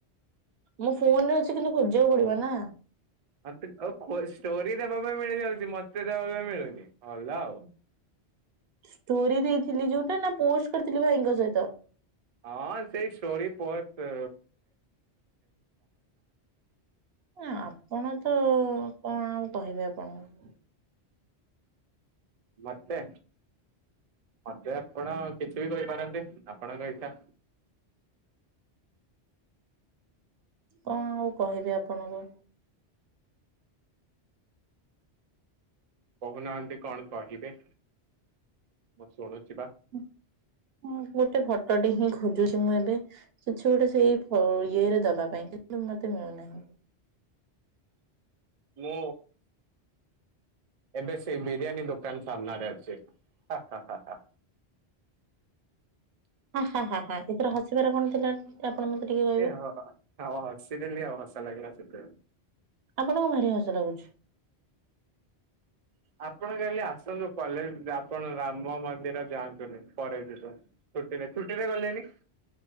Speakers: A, on the right; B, on the right.
A: ମୋ ଫୋନରେ ଅଛି କିନ୍ତୁ ଖୋଜିବାକୁ <unintelligible>
B: ମତେ ଓ ହୋ ଷ୍ଟୋରି ଦେବା ପାଇଁ ମିଳି ଯାଉଚି। ମତେ ଦେବା ପାଇଁ ମିଳୁନି ଭଲ ଆଉ।
A: ଷ୍ଟୋରି ଦେଇଥିଲି ଯୋଉଟା ନା ପୋଷ୍ଟ କରିଥିଲି ଭାଇଙ୍କ ସହିତ?
B: ହଁ ସେଇ ଷ୍ଟୋରି ପୋଷ୍ଟ।
A: ଆପଣ ତ କଣ ଆଉ କହିବି ଆପଣଙ୍କୁ।
B: ମତେ? ମତେ ଆପଣ କିଛି ବି କହିପାରନ୍ତି ଆପଣଙ୍କ ଇଚ୍ଛା।
A: କଁ ଆଉ କହିବି ଆପଣଙ୍କୁ?
B: କହୁନାହାନ୍ତି କଣ କହିବେ। ମୁଁ ଶୁଣୁଛି ବା
A: ମୁଁ ଗୋଟେ ଫଟୋଟେ ହିଁ ଖୋଜୁଛି। ମୁଁ ଏବେ କିଛି ଗୋଟେ ସେଇ ଫ ଇଏରେ ଦବା ପାଇଁ କିନ୍ତୁ ମତେ ମିଳୁନାହିଁ।
B: ମୁଁ। ଏବେ ସେଇ ବିରିୟାନୀ ଦୋକାନ ସାମ୍ନାରେ ଅଛି ହା ହା ହା ହା।
A: ହା ହା ହା ହା ଏଥିର ହସିବାର କଣ ଥିଲା? ଆପଣ ମତେ ଟିକେ କହିବେ
B: ଟିକେ ହସିଦେଲି ଆଉ ହସ ଲାଗିଲା ସେଥିପାଇଁ।
A: ଆପଣଙ୍କୁ ଭାରି ହସ ଲାଗୁଛି।
B: ଆପଣ କାଲି ଆସନ୍ତୁ କଲେଜ ଆପଣ ରାମ ମନ୍ଦିର ଯାଆନ୍ତୁନି ପରେ ଯିବ। ଛୁଟିରେ ଛୁଟିରେ ଗଲେନି